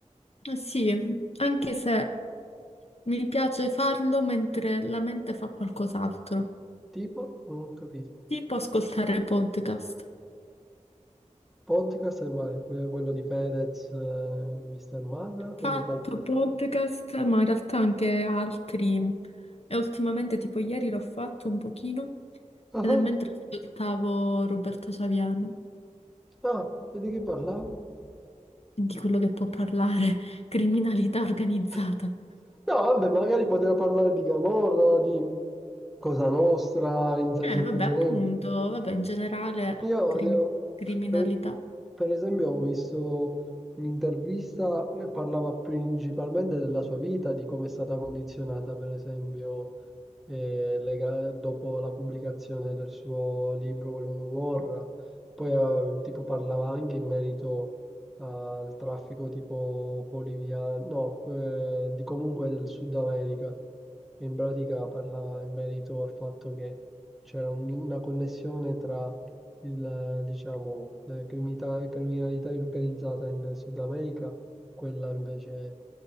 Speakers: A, on the left; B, in the centre.
A: Eh sì, anche se mi piace farlo mentre la mente fa qualcos'altro,
B: Tipo? Non ho capito.
A: tipo ascoltare podcast.
B: Podcast è uguale, que- quello di Fedez, eh, Mr. Marra,
A: Fatto
B: quello palp...
A: podcast, ma in realtà anche altri. E ultimamente, tipo ieri l'ho fatto un pochino,
B: Ah,
A: ed è mentre ascoltavo Roberto Saviano,
B: ah, vedi che parlavo?
A: di quello che può parlare, <laughs> criminalità organizzata.
B: <laughs> No, vabbè, magari poteva parlare di Camorra, di Cosa Nostra, in senso
A: Eh, vabbè,
B: più generico.
A: appunto, vabbè, in generale
B: Io odio,
A: crimi- criminalità.
B: per, per esempio, ho visto un'intervista che parlava principalmente della sua vita, di come è stata condizionata, per esempio, eh, lega- dopo la pubblicazione del suo libro, quello Morra. Poi, eh, tipo, parlava anche in merito al traffico tipo boliviano, no, eh, di comunque del Sud America. E in pratica parlava in merito al fatto che c'era un- una connessione tra il, diciamo, la criminalità, criminalità organizzata in Sud America, quella invece,